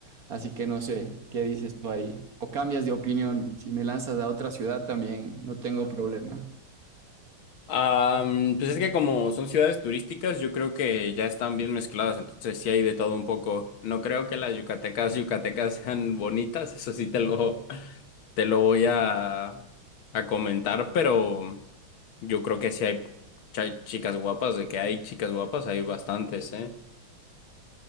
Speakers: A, on the right (about 50°); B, on the left (about 75°).
A: así que no sé qué dices tú ahí. O cambias de opinión, si me lanzas a otra ciudad también, no tengo problema.
B: Am, pues es que como son ciudades turísticas, yo creo que ya están bien mezcladas, entonces sí hay de todo un poco. No creo que las yucatecas yucatecas sean bonitas, eso sí te lo, te lo voy a, a comentar, pero yo creo que sí hay, sí hay chicas guapas, de que hay chicas guapas, hay bastantes, ¿eh?